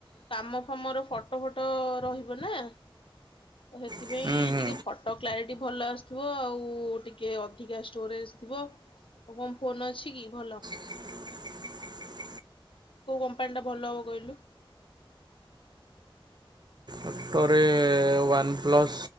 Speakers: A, on the left; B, on the right.
A: କାମ, ଫାମ ର ଫଟୋ, ଫଟୋ ରହିବ ନା। ତ ସେଥିପାଇଁ,
B: ହୁଁ ହୁଁ।
A: ଟିକେ ଫଟୋ କ୍ଲାରିଟି ଟିକେ ଭଲ ଆସୁଥିବ। ଆଉ ଟିକେ ଅଧିକା, ଷ୍ଟୋରେଜ୍ ଥିବ। ଆଉ କଣ, ଫୋନ ଅଛି କି ଭଲ?
B: <inaudible>
A: କୋଉ କମ୍ପାନୀ ଟା, ଭଲ ହବ କହିଲୁ?
B: ଅଟୋରେ, ୱାନ୍ ପ୍ଲସ୍